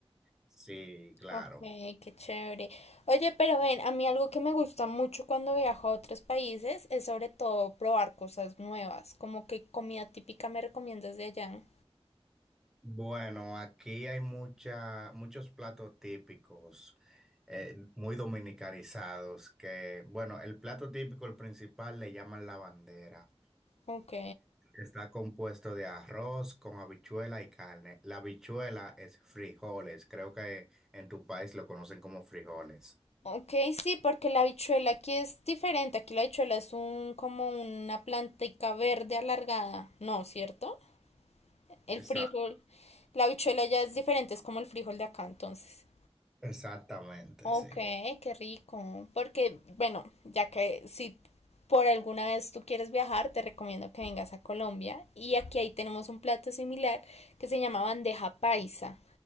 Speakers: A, in the centre; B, on the left.
A: sí, claro.
B: Ok, qué chévere. Oye, pero ven, a mí algo que me gusta mucho cuando viajo a otros países es sobre todo probar cosas nuevas, como que comida típica me recomiendas de allá.
A: Bueno, aquí hay mucha, muchos platos típicos, eh, muy dominicanizados, que, bueno, el plato típico, el principal, le llaman la bandera.
B: Ok.
A: Está compuesto de arroz con habichuela y carne. La habichuela es frijoles, creo que en tu país lo conocen como frijoles.
B: Ok, sí, porque la habichuela aquí es diferente. Aquí la habichuela es un como una plantica verde alargada, ¿no? ¿Cierto? El
A: Exacto.
B: frijol, la habichuela ya es diferente, es como el frijol de acá, entonces.
A: Exactamente,
B: Ok,
A: sí.
B: qué rico. Porque, bueno, ya que si por alguna vez tú quieres viajar, te recomiendo que vengas a Colombia. Y aquí ahí tenemos un plato similar que se llama bandeja paisa.